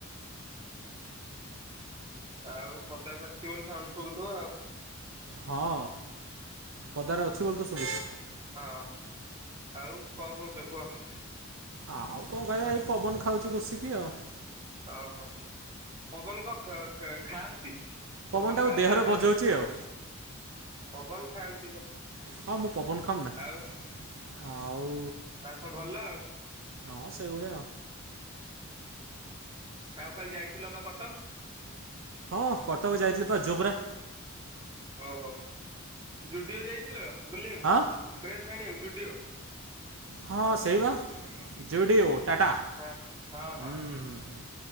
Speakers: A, on the right; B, on the right.
A: ଆଉ ପଦାକୁ ଆସିଥିବ ବୋଲି ସାଉଣ୍ଡ ସବୁ ଥିବ ଆଉ।
B: ହଁ ପଦାର ଅ ଅଛି ବୋଲି ତ ଶୁଭୁଚି।
A: ହଁ ଆଉ କଣ କହୁଛ କୁହ?
B: ଆଉ କଣ କହିବା ଏଇ ପବନ ଖାଉଛି ବସିକି ଆଉ।
A: ଓହୋ ପବନ କ କ ଖାଆ
B: ପବନଟାକୁ
A: ପବନ ବାଜେ ଦେହରେ।
B: ବଜଉଛି ଆଉ
A: ପବନ ଖାଆନ୍ତି କ
B: ହଁ ମୁଁ ପବନ ଖାଉନି ନା
A: ଆଉ
B: ଆଉ
A: ଆଉ ସବୁ ଭଲ ଆଉ
B: ହଁ ସେଇଭଳିଆ ଆଉ
A: ଆଉ କାଲି ଯାଇଥିଲ ପା କଟକ।
B: ହଁ କଟକ ଯାଇଥିଲେ ପା ଜୋବ୍ରା
A: ଓହୋ ଯୁଡିଓ ଯାଇଥିଲ। ବୁଲିବାକୁ
B: ହଁ
A: ଡ୍ରେସ ଆଣିିବାକୁ ଜୁଡ଼ିଓ।
B: ହଁ ସେଇ ବା ଜୁଡିଓ ଟାଟା
A: ହଁ ହଁ
B: ହୁଁ
A: ହଁ
B: ହୁଁ